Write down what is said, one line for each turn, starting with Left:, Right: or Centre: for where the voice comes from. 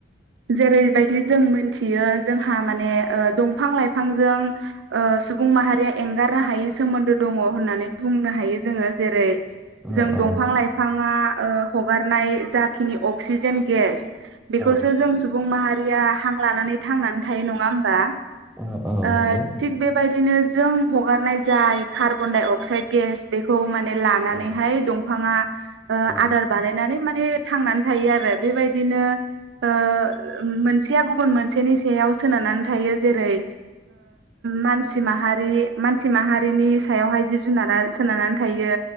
Right: जेरैबायदि जों मिथियो। जोंहा माने दंफां लाइफांजों ओ सुबुं माहारिया एंगारनो हायै सोमोनदो दं। दङ होननानै बुंनो हायो जोङो जेरै
Centre: औ
Right: जों दंफां लाइफाङा हगारनाय जाखिनि अक्सिजेन गेस बेखौसो
Centre: औ
Right: जों सुबुं माहारिया हां लानानै थांनानै थायो नङा होमबा?
Centre: औ औ
Right: ओ
Centre: नंगौ
Right: थिक बेबाय दिनो जों हगारनाय जाय कार्बन अक्साइद गेस बेखौ मान लानानै
Centre: औ
Right: हा दंफाङा
Centre: औ
Right: आदार बानायनानै बे थांनानै थायो आरो बेबादिनो ओ मोनसेया गुबुन मोन सेनि सायाव सोनारनानै थायो जेरै मानसि माहारि मानसि माहारिनि सायावहाय जिब जुनारा सोनारनानै थायो